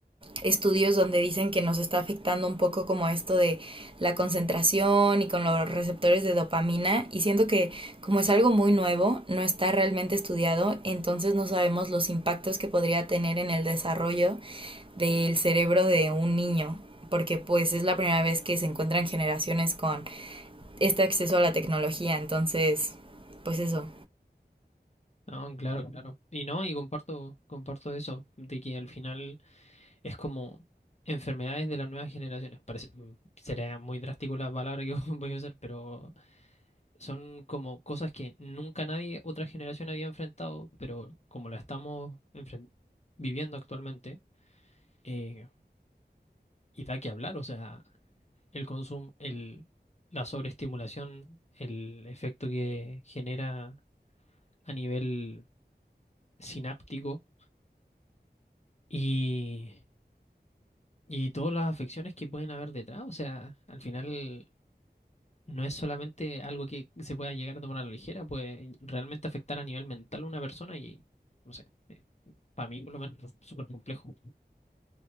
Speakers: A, on the right; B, on the left.
A: estudios donde dicen que nos está afectando un poco como esto de la concentración y con los receptores de dopamina y siento que como es algo muy nuevo, no está realmente estudiado, entonces no sabemos los impactos que podría tener en el desarrollo del cerebro de un niño porque pues es la primera vez que se encuentran generaciones con este acceso a la tecnología, entonces pues eso.
B: No, claro, claro. Y no, y comparto, comparto eso, de que al final es como enfermedades de las nuevas generaciones. Parece, mm, sería muy drástico la palabra que <laughs> voy a usar, pero Son como cosas que nunca nadie, otra generación había enfrentado, pero como la estamos enfren- viviendo actualmente, eh, y da que hablar, o sea, el consumo, el, la sobreestimulación, el efecto que genera a nivel sináptico y, y todas las afecciones que pueden haber detrás, o sea, al final no es solamente algo que se pueda llegar a tomar a la ligera, puede realmente afectar a nivel mental a una persona y, no sé. eh, para mí por lo menos es súper complejo.